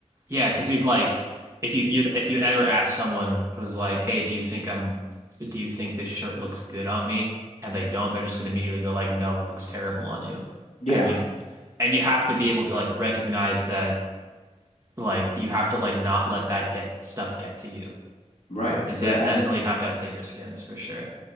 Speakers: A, on the right; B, on the left.
A: Yeah, because you'd like if you you'd if you ever asked someone who's like, "Hey, do you think I'm do you think this shirt looks good on me?" and they don't, they're just going to immediately go like, "No, it looks terrible on you."
B: Yeah,
A: And you and you have to be able to like recognize that like you have to like not let that get stuff get to you.
B: right.
A: They
B: So
A: de
B: tha-
A: definitely have to have thicker skins for sure.